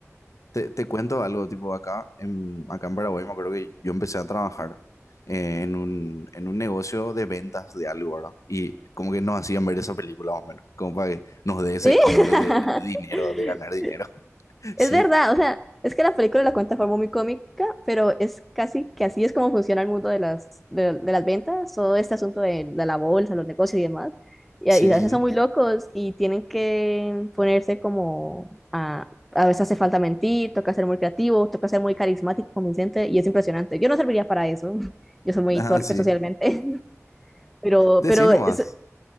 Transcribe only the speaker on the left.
te, te cuento algo, tipo, acá en, acá en Paraguay me acuerdo que yo empecé a trabajar eh, en un, en un negocio de ventas de algo, ¿verdad? Y como que nos hacían ver esa película más o menos, como para que nos dé ese
hambre de, de dinero, de ganar dinero. <laughs>
Sí,
sí,
sí,
sí.
Ah,
sí.
Decí
nomás.